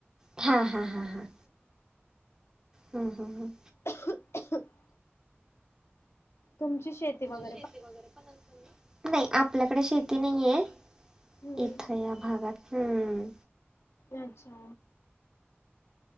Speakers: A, on the right (about 15°); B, on the left (about 80°).
A: हा हा हा हा,, हम् हम् हम्.
B: <unintelligible> तुमची शेती वगैरऽ
A: शेती वगैरे पण, नाही, आपल्याकडे शेती नाहीये,
B: हम्म
A: इथ या भागात,,, हम्म.
B: अच्छा,